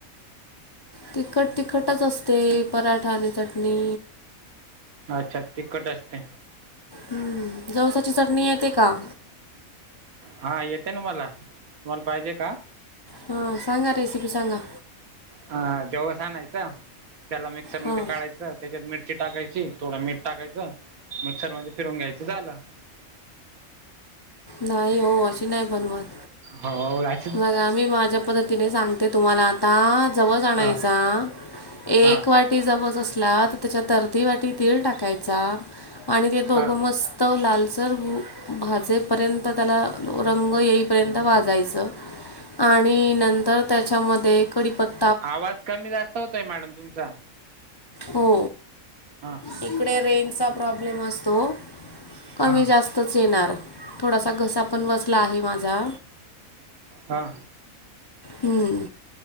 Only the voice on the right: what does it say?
अच्छा तिखट असते.
हा येते ना मला. तुम्हाला पाहिजे का?
हा. जवस आणायचं त्याला मिक्सर मध्ये
काढायचं च त्याच्यात मिरची टाकायची, थोडं मीठ टाकायचं मिक्सर मध्ये फिरून घ्यायचं झालं.
हो हो गाय
हां
हां
हां
आवाज कमी, जास्त होतोय मॅडम तुमचा?
हां
हां
हा.